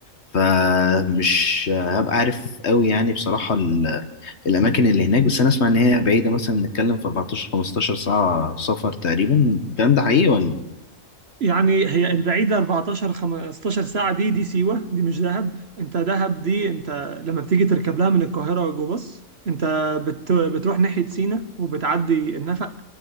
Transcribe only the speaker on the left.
فمش هبقى عارف قوي يعني بصراحه ال- الاماكن اللي هناك بس انا اسمع ان هي بعيده مثلا بنتكلم في 14 15 ساعه سفر تقريبا الكلام ده حقيقي ولا